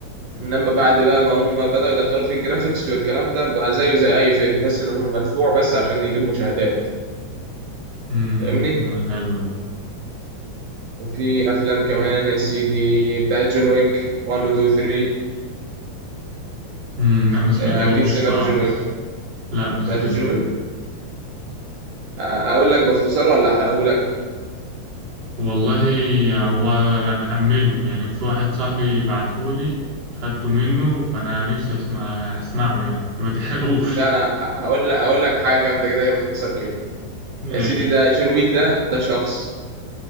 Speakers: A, on the right (about 60°); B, on the right (about 20°).
A: إنما بعد بقى ما هم بدأوا يدخلوا في الجرافيكس والكلام ده بقى زيه زي أي فيلم تحس إن هم مدفوع بس عشان يجيب مشاهدات
B: امم
A: فاهمني؟
B: ما حلو
A: وفي أفلام كمان يا سيدي بتاعت جون ويك 1 و 2 3
B: امم لا ما سمعتهمش
A: آه، أكيد سمعت
B: الصراحة
A: جون ويك
B: لا ما سمعتهمش
A: سمعت جون ويك؟ آه، أقول لك باختصار ولا أحرقهولك؟
B: والله هو انا محمله يعني في واحد صاحبي بعتهولي خدته منه فانا نفسي اسمع اسمعه يعني فما تحرقوش
A: لا أنا ه- هقول لك هقول لك حاجة جامدة كده باختصار كده
B: <laughs> ماشي
A: يا سيدي ده جون ويك ده ده شخص